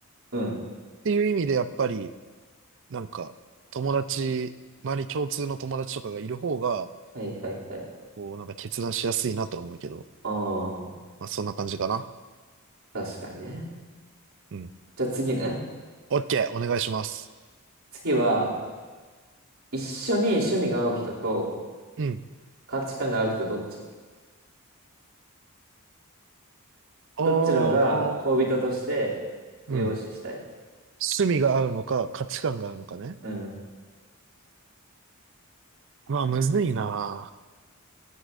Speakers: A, on the right (about 75°); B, on the right (about 60°).
A: うん。
B: ていう意味で、やっぱり、なんか、友達、周り共通の友達とかがいる方が、
A: はいはいはい。
B: こう、なんか決断しやすいなとは思うけど、
A: ああ、
B: まあ、そんな感じかな。
A: 確かにね。
B: うん。
A: じゃあ次ね。
B: オッケー、お願いします。
A: 次は、一緒に趣味が合う人と
B: うん。
A: 価値観が合う人どっち
B: お
A: どっちのが恋人として重要視したい。
B: ー、うん。趣味が合うのか、価値観が合うのかね。
A: うん。
B: まあ、むずいな。